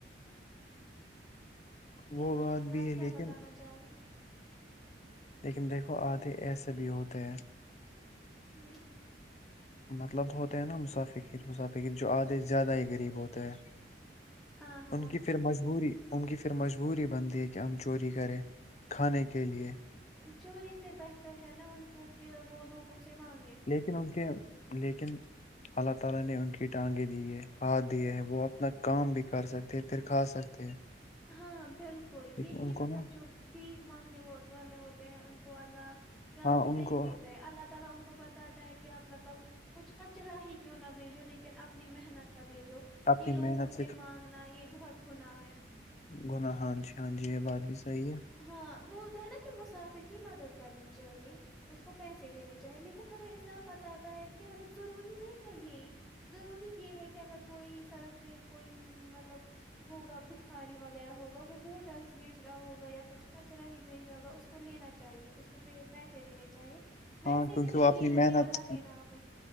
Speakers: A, on the left; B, in the centre.
A: وہ
B: اس بارے
A: بات
B: میں
A: بھی
B: آپ
A: ہے لیکن
B: کیا بتانا چاہو گے؟
A: لیکن دیکھو آدھے ایسے بھی ہوتے ہیں
B: جی
A: مطلب ہوتے ہیں نا مسافقیر مسافقیر جو آدھے زیادہ ہی غریب ہوتے ہیں
B: ہاں ہاں
A: ان کی پھر مجبوری ان کی پھر مجبوری بنتی ہے کہ ہم چوری کریں کھانے کے لے
B: چوری سے بہتر ہے نا ان کو کہ وہ لوگوں سے مانگے
A: لیکن ان کے لیکن اللہ تعالی نے ان کی ٹانگیں دی ہے ہاتھ دیا ہے وہ اپنا کام بھی کر سکتے ہیں پھر کھا سکتے ہیں
B: ہاں بالکل
A: لیکن
B: یہی
A: ان کو
B: مطلب
A: نا
B: جو بھیک مانگنے والے ہوتے ہیں ان کو اللہ راضی
A: ہاں ان
B: نہیں
A: کو
B: ہوتا ہے اللہ اللہ تعالی ان کو بتاتا ہے کہ آپ مطلب کچھ کچرا ہی کیوں نہ بیجو لیکن اپنی محنت کا بھیجو
A: اپنی
B: یہ لوگوں
A: محنت
B: سے مانگنا یہ بہت گنا ہے
A: گناہان جی ہان جی یہ بات بھی صحیح ہے
B: ہاں بول ہے نا کہ مسافر کی مدد کرنی چاہیے اس کو پیسے دینے چاہیے لیکن ہمیں اسلام بتاتا ہے کہ مطلب ضروری نہیں ہے یہی ضروری یہ ہے کہ اگر کوئی سڑک پہ کوئی مطلب ہوگا بکھاری وغیرہ ہوگا وہ بوٹلس بیچ رہا ہوگا یا کچھ کچرا ہی بھیجائے گا اس کو لینا چاہیے اس کو پیسے دینے چاہیے ویسے
A: ہاں کیونکہ
B: نہیں
A: وہ اپنی
B: کہ یہ لو یہ
A: محنت
B: اللہ کے نام پہ